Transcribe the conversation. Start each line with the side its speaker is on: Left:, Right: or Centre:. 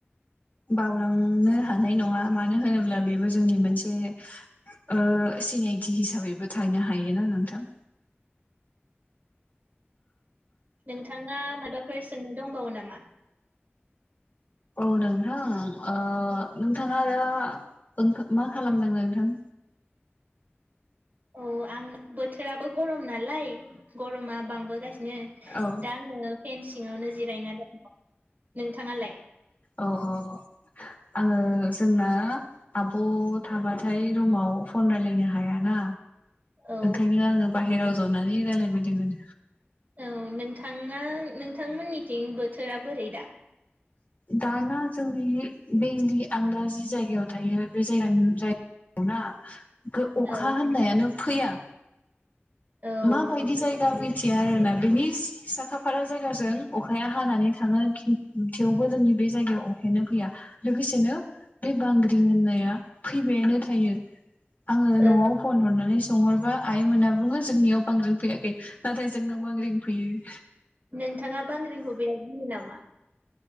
Left: बावलांनो हानाय नङा, मानो होनोब्ला बेबो जोंनि मोनसे ओ सिनायथि हिसाबैबो थानो हायोना नोंथां।
Right: नोंथाङा माबाफोर सोंनो दंबावो नामा? <unintelligible>
Left: औ नोंथां, ओ नोंथाङा दा ओं मा खालामदों नोंथां?
Right: औ आं बोथोराबो गरम नालाय गरमा बांबोगासि नो,
Left: औ
Right: दा आङो फेन सिंआवनो जिरायना दं। नोंथाङालाय?
Left: अ अ। आङो, जोंना आब' थाबाथाय रुमाव फन रायलायनो हायाना
Right: औ
Left: ओंखायनो आङो बाहेराव जनानै रायलाय बायदों।
Right: औ नोंथाङा, नोंथांमोननिथिं बोथोरा बोरै दा?
Left: दाना जोंनि बेलि आं दा जि जायगायाव थायो बे जायगानि जाय- - ना, अखा
Right: औ
Left: होननायानो फैया।
Right: औ
Left: मा बायदि
Right: औ
Left: जायगा आं मिथि या आरोना‌ बेनि साखाफारा जायगाजों अखाया हानानै थाङो थेवबो जोंनि बे बे जायगायाव अखायानो फैया। लोगोसेनो बे बांग्रि होननाया फैबायानो थायो। आङो
Right: औ
Left: न'आव फन हरनानै सोंहरबा आइ मोना बुङो जोंनियाव बांग्रि फैयाखै। नाथाय जोंनाव बांग्रिं फैयो।
Right: नोंथाङा बांग्रिंखौ बिराद गियो नामा?